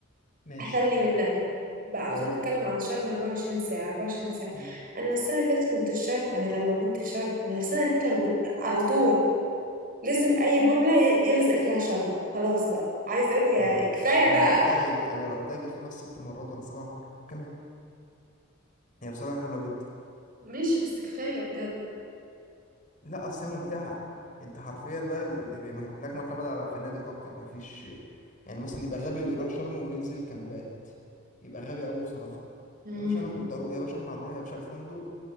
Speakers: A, on the left; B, on the right.
A: ماشي
B: اخلي منها بقى على
A: حلو
B: طول بيتكلم عن شرم 24 ساعة 24 ساعة
A: مم.
B: أنا السنة اللي فاتت كنت في شرم أنا لما كنت في شرم أنا السنة اللي فاتت لما كنت على طول لازم اي جمله ي- يلزق فيها شرم خلاص بقى عايز اقول له يا
A: انا ر-
B: كفايه
A: أنا
B: بقى
A: رحتها يجي... انا رحتها يجي خمس ست مرات ولا سبع مرات كمان هي بصراحة حلوة جدا
B: ماشي بس كفاية بجد
A: لا اصل هي ممتعة انت حرفيا بقى ال- ال- هناك معتمد على فنادق اكتر مفيش يعني مثلا يبقى غبي اللي يروح شرم وينزل كامبات يبقى غبي قوي بصراحة
B: امم
A: يا باشا انا كنت اروح يا باشا احنا هنروح يا باشا الفندق